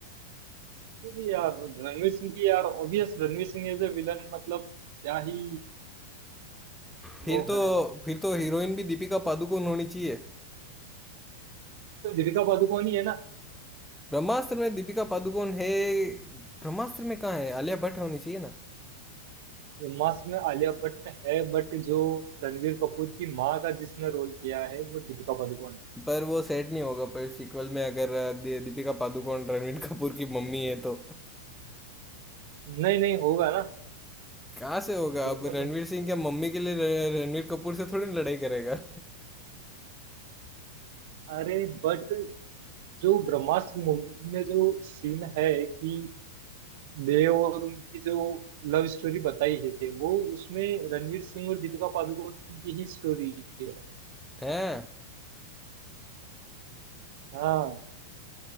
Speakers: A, on the right (about 55°); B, in the centre.
A: क्योंकि यार रणवीर सिंह की यार obvious Ranveer Singh as a villain मतलब क्या ही
B: फिर
A: वो
B: तो
A: है
B: फिर तो हीरोइन भी दीपिका पादुकोण होनी चाहिए
A: तो दीपिका पादुकोण ही है ना
B: ब्रह्मास्त्र में दीपिका पादुकोण है ब्रह्मास्त्र में कहाँ है आलिया भट्ट होनी चाहिए ना
A: जो मास्क में आलिया भट्ट है बट जो रणवीर कपूर की माँ का जिसने रोल किया है वो दीपिका पादुकोण
B: पर वो सेट नहीं होगा पर सीक्वल में अगर दी- दीपिका पादुकोण रणवीर कपूर की मम्मी है तो
A: है नहीं नहीं होगा ना
B: कहाँ से होगा
A: देखना
B: अब रणवीर
A: तुम
B: सिंह क्या मम्मी के लिए र- रणवीर कपूर से थोड़ी ना लड़ाई करेगा
A: अरे बट जो ब्रह्मास्त्र मूवी में जो सीन है कि देव और उनकी जो लव स्टोरी बताई है वो उसमें रणवीर सिंह और दीपिका पादुकोण की ही स्टोरी है
B: है
A: हाँ